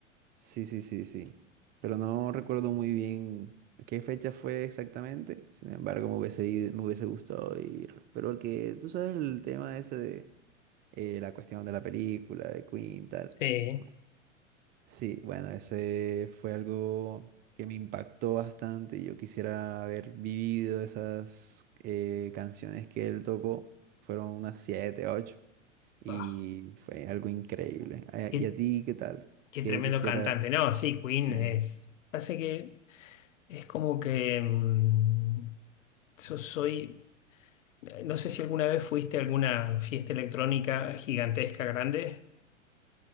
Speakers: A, on the right; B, on the left.
A: Sí, sí, sí, sí. Pero no recuerdo muy bien qué fecha fue exactamente. Sin embargo, me hubiese ido- me hubiese gustado ir. Pero el que, tú sabes el tema ese de eh, la cuestión de la película, de Queen, tal.
B: Sí.
A: Bueno, Sí, bueno, ese fue algo que me impactó bastante. y Yo quisiera haber vivido esas eh, canciones que él tocó. Fueron unas siete, ocho. Y
B: Ah,
A: fue algo increíble. Ah,
B: qué,
A: ¿Y a ti qué tal?
B: qué
A: ¿Qué
B: tremendo
A: quisieras?
B: cantante. No, sí, Queen
A: em,
B: es. Hace que es como que mm, yo soy. No sé si alguna vez fuiste a alguna fiesta electrónica gigantesca, grande.